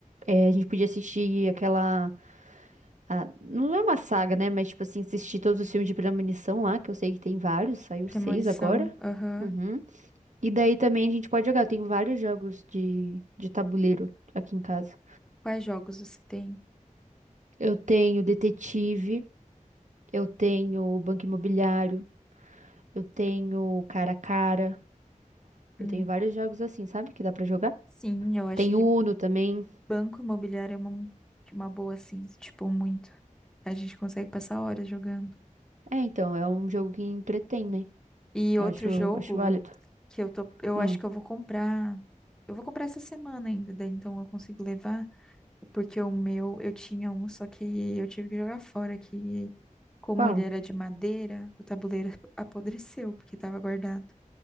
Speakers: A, on the right; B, in the centre.
A: é, a gente podia assistir aquela... a- não é uma saga, né, mas tipo assim, assistir todos os filmes de premonição lá, que eu sei que tem vários, saiu
B: Premonição,
A: seis agora.
B: aham.
A: Uhum. E daí também a gente pode jogar, eu tenho vários jogos de, de tabuleiro aqui em casa.
B: Quais jogos você tem?
A: Eu tenho Detetive, eu tenho Banco Imobiliário, eu tenho Cara a Cara,
B: Hum,
A: eu tenho vários jogos assim, sabe, que dá pra jogar.
B: sim, eu acho
A: Tem
B: que
A: Uno também.
B: banco imobiliário é uma, uma boa, assim, tipo, muito. A gente consegue passar horas jogando.
A: É, então, é um jogo que entretém, né?
B: E
A: Eu
B: outro
A: acho,
B: jogo
A: acho válido.
B: que eu tô, eu
A: Hum.
B: acho que eu vou comprar. Eu vou comprar essa semana ainda, daí então eu consigo levar, porque o meu, eu tinha um, só que eu tive que jogar fora, que como
A: Qual?
B: ele era de madeira, o tabuleiro <laughs> apodreceu, porque tava guardado.